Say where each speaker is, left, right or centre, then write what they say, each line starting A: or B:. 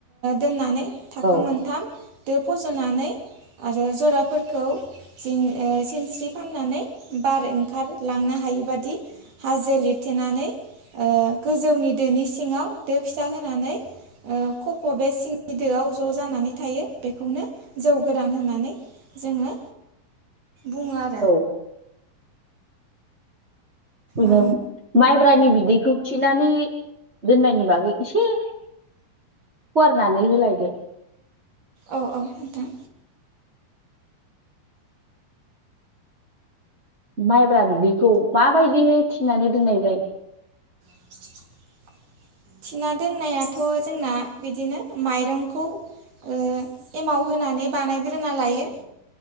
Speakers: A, on the right; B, on the right.
A: दोननानै थाखो
B: औ
A: मोनथाम। दो फज'नानै। आरो जराफोरखौ ओ सिनस्रि फाननानै बार ओंखार। लांनो हायि बादि। हाजो लिरथेनानै ओ गोजौनि दोनि सिङाव दो फिसा होनानै। ओ खफ' बे सिंगि दोआव ज' जानानै थायो बेखौनो जौ गोरान होनानै। जोङो बुङो आरो।
B: औ। बिनो
A: ओ
B: माइब्रानि बिदैखौ थिनानै दोननायनि बागै एसे। फुवारनानै होलायदो।
A: औ औ नोंथां।
B: माइब्रा बिदैखौ माबायदिहै थिनानै दोननाय जायो।
A: <unintelligible> थिना दोननायाथ' जोंना बिदिनो माइरंखौ। ओ एमाव होनानै बानायग्रोना लायो